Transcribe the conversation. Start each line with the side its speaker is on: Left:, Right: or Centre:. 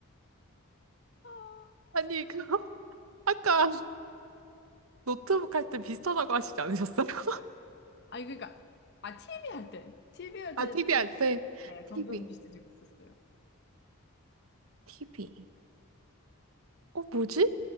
Left: 아,
Right: 아니, 그, <laughs> 아까 노트북 할 때 비슷하다고 하시지 않으셨어요? <laughs>
Left: 아니, 그러니까, 아, TV 할 때. TV 할
Right: 아,
Left: 때
Right: TV
Left: 좀,
Right: 할 때.
Left: 네, 점점
Right: TV.
Left: 더 비슷해지고 있었어요.
Right: TV. 어, 뭐지?